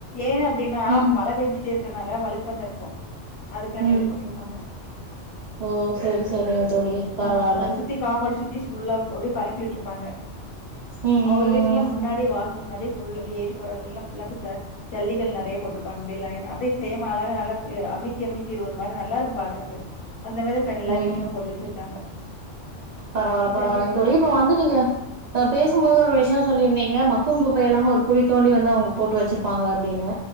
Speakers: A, on the left (about 55°); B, on the right (about 80°).
A: ஏன் அப்டின்னா
B: ம்
A: அங்க மழ பெஞ்சிட்டே இருக்கனால வழுக்குற மார் இருக்கும் அது காண்டி
B: ம்
A: அப்டி போட்ருப்பாங்க
B: ஓ சேரி சேரிங்க தோழி பரவால்ல
A: ஆ அந்த சுத்தி காமோண்ட் சுத்தி ஃபுல்லா போட் பரப்பி உட்ருப்பாங்க
B: ம்
A: அவுரு
B: ம்
A: வீட்லயு முன்னாடி வாசல் முன்னாடி ஃபுல் அப்டி ஏறி போறதுலல்லா ஃபுல்லாந்து சார் ஜல்லிகல் நெறைய போட்ருப்பாங்க அப்டியே லயன் அப்டியே சேம் அழக நல்லா அமிக்கி அமிக்கி ஒரு மாரி நல்லா இருக்கு பாக்குறக்கு அந்த மாதிரி இப்ப எல்லா
B: ம்
A: வீட்லயுமே போட்டு வச்சிருக்காங்க
B: பரவாயில்ல பரவாயில்லைங்க
A: ஜல்லிக்கல்லு
B: தோழி இப்ப
A: ம்
B: வந்து நீங்க பேசும்போது ஒரு விஷயம் சொல்லியிருந்தீங்க மக்கும் குப்பை எல்லாம் ஒரு குழி தோண்டி வந்து அவுங்க போட்டு வச்சுருப்பாங்க அப்டின்னு